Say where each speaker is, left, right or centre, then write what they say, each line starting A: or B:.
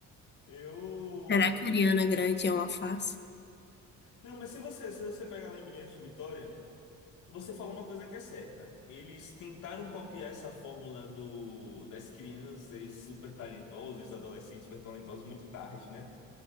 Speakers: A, on the left; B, on the left.
A: Eu.
B: Será que a Ariana Grande é uma face?
A: Não, mas se você, se você pegar lá em Brilhante Vitória. Você falou uma coisa que é certa. Eles tentaram copiar essa fórmula do, das crianças super talentosas, adolescentes super talentosos, muito tarde, né?